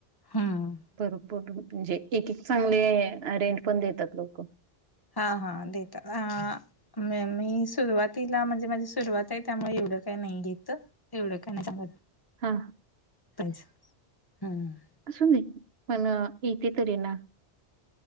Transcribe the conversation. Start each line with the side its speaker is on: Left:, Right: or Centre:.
Left: हम्म.
Right: भरपूर म्हणजे एक एक चांगले अ रेंट पण देतात लोक.
Left: हा हा देतात ह म मी सुरुवातीला म्हणजे माझी सुरुवात आहे त्यामुळे एवढं काही नाही घेत. तेवढं काय नाय सांगत.
Right: हा.
Left: कामच हम्म <unintelligible>
Right: असू दे पण येते तरी ना.